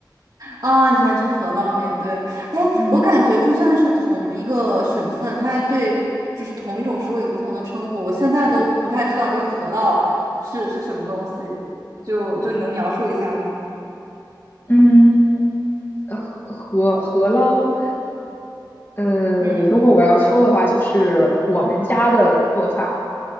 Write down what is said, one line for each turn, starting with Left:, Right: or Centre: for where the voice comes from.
Right: 啊，你喜欢吃饸烙面？对，哎，
Left: <laughs> 嗯
Right: 我感觉就算是同一个省份，它对就是同一种食物有不同的称呼。我现在都不太知道这个饸烙是是什么东西，就就你能描述一下吗？
Left: 嗯，呃饸饸饸饹，呃，
Right: 嗯
Left: 如果我要说的话，就是我们家的做法，